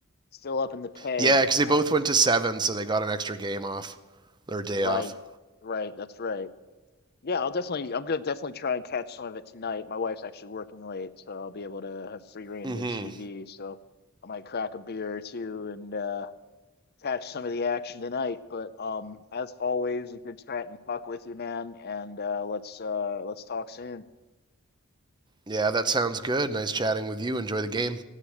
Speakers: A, on the left; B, on the right.
A: Still up in the peg.
B: Yeah, because they both
A: Uh,
B: went to seven, so they got an extra game off, or a day
A: right,
B: off.
A: right. That's right. Yeah, I'll definitely. I'm gonna definitely try and catch some of it tonight. My wife's actually working late, so I'll be able to have free reign
B: hmm
A: of the TV. So I might crack a beer or two and uh, catch some of the action tonight. But um, as always, a good chat and talk with you, man. And uh, let's uh, let's talk soon.
B: Yeah, that sounds good. Nice chatting with you. Enjoy the game.